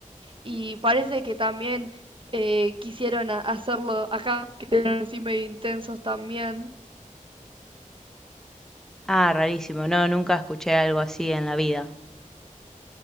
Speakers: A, on the right; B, in the centre.
A: y parece que también eh, quisieron a- hacerlo acá, que eran así medio intensos también.
B: Ah, rarísimo. No, nunca escuché algo así en la vida.